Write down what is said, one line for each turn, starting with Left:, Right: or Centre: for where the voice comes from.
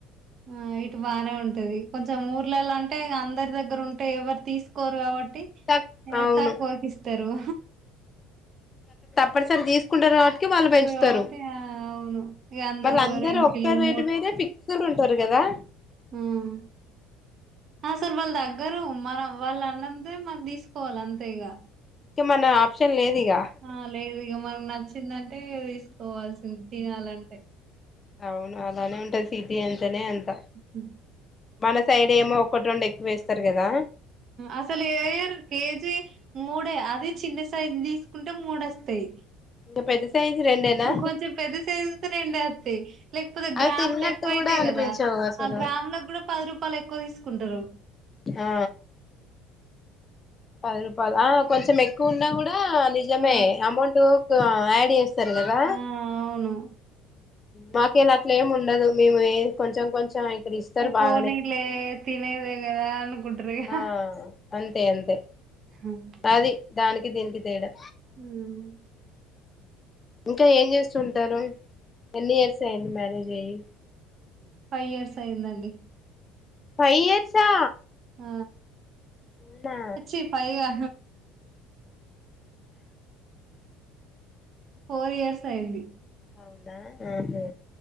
Right: ఆ ఇటు బానే ఉంటది కొంచెం ఊర్లలో అంటే అందరి దగ్గర ఉంటే ఎవరు తీసుకోరు కాబట్ ట్టి
Left: తక్ అవును
Right: ఎతకొకిిస్తరు
Left: పడిసెల్ దీస్ కుంటరు వాట్కి వాళ్ళు పెంచుతారు
Right: కాబట్టి ఆ అవును ఇక
Left: మళ్ళ అందరు
Right: రెండు
Left: ఒక్క
Right: కిలోలు
Left: రేటు మీదే ఫిక్స్డ్ ఉంటరు గదా
Right: మ్ అస్సల వాల్ దగ్ గ్గరు మనం వాళ్ళ అన్నంతే మనం దీసుకోవాలి అంతే ఇగా
Left: కి మన ఆప్షన్ లేదు ఇగ
Right: ఆ లేదు ఇగ మనకు నచ్చిందంటే తీసుకోవాల్సింది తినాలంటే
Left: అవును అలానే ఉంటది సిటీ అంటేనే అంత
Right: హ్మ్.
Left: మన సైడ్ ఏమో ఒకటి రెండు ఎక్కువ వేస్తారు కదా
Right: అసలు ఏయర్ కేజీ మూడే అది చిన్న సైజు తీసుకుంటే మూడొస్తాయి
Left: ఇంకా పెద్ద సైజు రెండేనా
Right: కొంచెం పెద్ద సైజు రెండే వత్తయ్ లేకపోతే గ్రాములు
Left: అవి తిన్నట్టు
Right: ఎక్కువ అయితాయి
Left: కూడా అనిపించవు
Right: కదా
Left: అసలు
Right: ఆ గ్రాములో కూడా పది రూపాయలు ఎక్కువ తీసుకుంటారు
Left: ఆ పది రూపాయలు కొంచెం ఎక్కువ ఉన్నా కూడా నిజమే
Right: ఆ
Left: అమౌంటుకు యాడ్ చేస్ సరి కదా
Right: ఆ అవును
Left: మాకు ఇలా అట్లీం ఉండదు మేము కొంచెం కొంచెం ఇక్కడ ఇస్తారు
Right: పోనీలే
Left: బాగానే
Right: తినేదే కదా అనుకుంట్రు ఇగ
Left: ఆ అంతే అంతే
Right: అంతే
Left: అది దానికి దీనికి తేడా
Right: హ్మ్
Left: ఇంకా ఏం చేస్తుంటారు ఎన్ని ఇయర్స్ అయ్యింది మ్యారేజ్ అయ్యి
Right: ఫైవ్ ఇయర్స్ అయిందండి
Left: ఫైవ్ ఇయర్సా
Right: ఆ
Left: అవునా
Right: అచ్చి ఫైవా ఫోర్ ఇయర్స్ అయింది
Left: అవునా మ్ హు